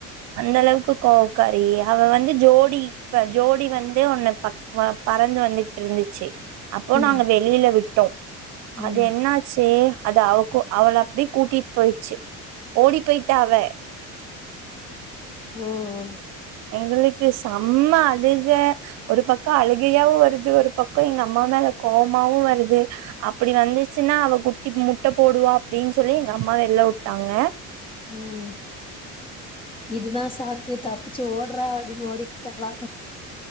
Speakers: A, on the right; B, on the left.
A: அந்த அளவுக்கு கோவக்காரி அவ வந்து ஜோடி இப்ப ஜோடி வந்து ஒன்னு ப ப பறந்து வந்துட்டு இருந்துச்சு அப்போ
B: ம்.
A: நாங்க வெளியில விட்டோ அது
B: ம்.
A: என்னாச்சு அது அவ அவள் அப்டியே கூட்டிட்டு போயிச்சு ஓடி போயிட்டா அவ
B: ஓ ஓ
A: எங்களுக்கு செம்ம அழுக ஒரு பக் அழுகையாவு வருது ஒரு பக்கம் எங்க அம்மா மேல கோவமாவு வருது அப்டி வந்துச்சுன்னா அவ குட்டி முட்ட போடுவா அப்டின்னு சொல்லி எங்க அம்மா வெள்ளவுட்டாங்க
B: உம் இதுதா சாக்கு தப்பிச்சு ஓட் றா அப்டினு ஓடிட்டாளா